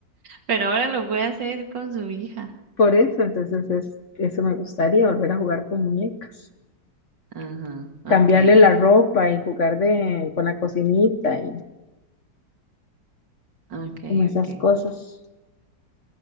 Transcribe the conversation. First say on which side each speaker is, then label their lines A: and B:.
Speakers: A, on the right; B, on the left.
A: Pero ahora lo voy a hacer con su hija.
B: Por eso, entonces es, eso me gustaría, volver a jugar con muñecas.
A: Ajá, ok,
B: Cambiarle la ropa y jugar de, con la cocinita y
A: ok,
B: como esas
A: ok.
B: cosas.